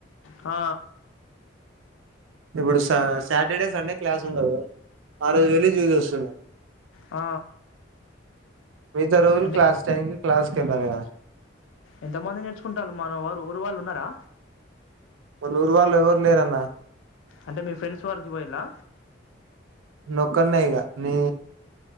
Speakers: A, on the left (about 80°); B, on the right (about 85°).
A: ఆ
B: ఇప్పుడు సా సాటర్డే సండే క్లాస్ ఉండదు ఆ రోజు వెళ్ళి చూసస్తున్నా
A: ఆ
B: మిగతా రోజులు
A: అంటే
B: క్లాస్ టైం కి క్లాస్కిళ్ళాలి కదా
A: ఎంతమంది నేర్చుకుంటాళ్లు మన వారు ఊరు వాళ్ళు ఉన్నారా
B: మన ఊరు వాళ్ళు ఎవ్వరు లేరన్న
A: అంటే మీ ఫ్రెండ్స్ వారికి పోయిల్లా
B: నీ ఒక్కణ్ణే ఇగా ని